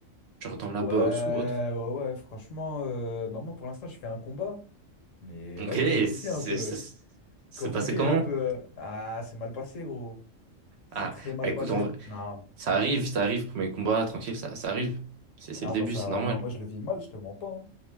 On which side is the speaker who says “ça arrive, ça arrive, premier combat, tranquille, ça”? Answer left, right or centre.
Right